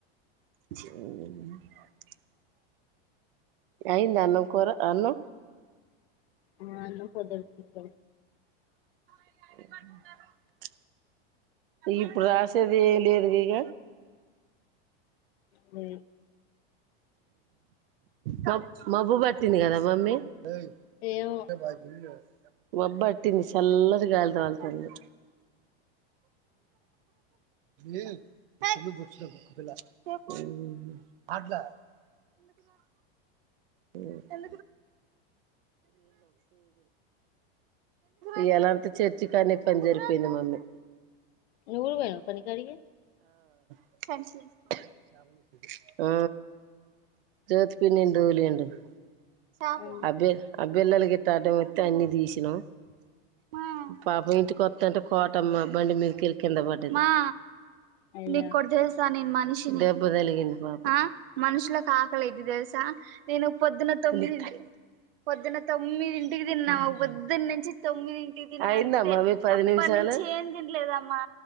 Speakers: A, on the right; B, on the left.
A: <unintelligible> అయింద అన్నం కూర అన్నం
B: ఆ అన్నం పొద్దిటిదే
A: <unintelligible> ఇప్పుడు రాసేది ఏ లేదు ఇక
B: ఊ
A: మబ్ మబ్బు పట్టింది కదా మమ్మీ <unintelligible>
B: ఏమో
A: మాబ్బాటింది చల్లటి గాలీ తొలతుంది <unintelligible> <inaudible> <unintelligible> ఈ ఎలాంత చర్చి కానీ పని జరిపోయింది మమ్మీ
B: నూవ్వు కూడా పోయినవా పనీకాడకి
A: <unintelligible> ఊ జోతి పిన్ని దూలింట <unintelligible> చేపల
B: అవునా
A: అబె అబ బెల్లలు గట్టాటం వే అన్ని తీసినాం ఊ పాప ఇంటికొత్తంటే కొ అత్తమ్మ బండి మీద కెళ్ళి కింద పడ్డది. మా
B: అయినా
A: నికొటి చేసా నిన్ మ మనిషి దెబ్బ తగిలింది పాపం అ మనుషులకి ఆకలిఅయితది తెలుసా. నేను పొద్దున తొమ్మిదింటి <unintelligible> పొద్దున తొమ్మిదింటికి తిన్నామా పొద్దున్న నుంచి తొమ్మిదింటికి అయిందమ్మా మి పది నిముషాలు అప్పటి నుంచి ఏం తినలేదమ్మా.